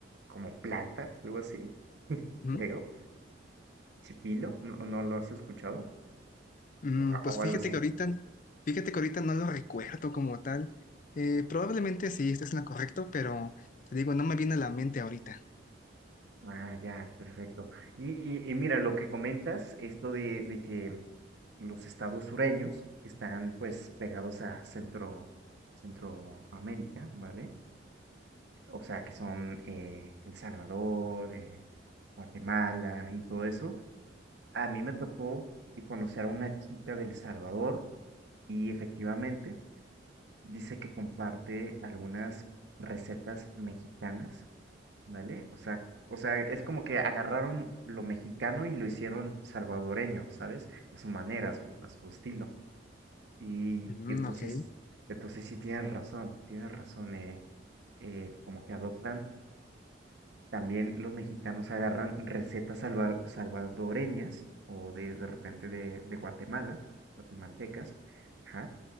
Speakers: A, on the right; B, on the left.
A: como planta, algo así,
B: Ujú.
A: creo, chipilo, ¿no, no lo has escuchado?
B: Mm,
A: O, a-
B: pues
A: o
B: fíjate
A: algo así.
B: que ahorita, fíjate que ahorita no lo recuerdo como tal. Eh, probablemente sí, esto es lo correcto, pero te digo, no me viene a la mente ahorita.
A: Ah, ya, perfecto. Y, y, y mira, lo que comentas, esto de, de que los estados sureños están pues pegados a Centro, Centroamérica, ¿vale? o sea, que son eh, El Salvador, eh, Guatemala y todo eso. A mí me tocó y conocer a una chica del Salvador y efectivamente dice que comparte algunas recetas mexicanas, ¿vale? O sea, o sea, es como que agarraron lo mexicano y lo hicieron salvadoreño, ¿sabes? A su manera, a su, a su estilo. Y,
B: Mm,
A: y entonces,
B: ok.
A: entonces sí tienes razón, tienes razón, eh, eh, como que adoptan También los mexicanos agarran recetas salva- salvadoreñas o de, de repente de, de Guatemala, guatemaltecas, ajá,